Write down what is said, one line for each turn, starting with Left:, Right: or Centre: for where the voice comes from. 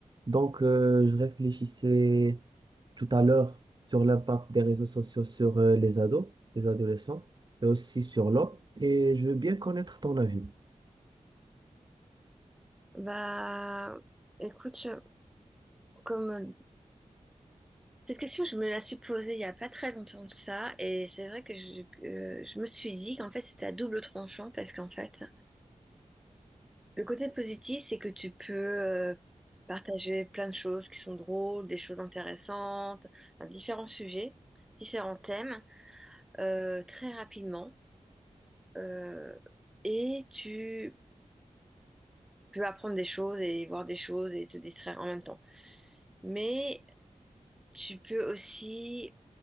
Right: Donc, euh, je réfléchissais tout à l'heure sur l'impact des réseaux sociaux sur euh, les ados, les adolescents, mais aussi sur l'homme. Et je veux bien connaître ton avis.
Centre: Bah, écoute, je- comme euh, cette question, je me la suis posée il n'y a pas très longtemps de ça, et c'est vrai que je, que je me suis dit qu'en fait c'était à double tranchant parce qu'en fait, le côté positif, c'est que tu peux euh, partager plein de choses qui sont drôles, des choses intéressantes, enfin, différents sujets, différents thèmes, euh, très rapidement, euh, et tu peux apprendre des choses et voir des choses et te distraire en même temps. Mais Tu peux aussi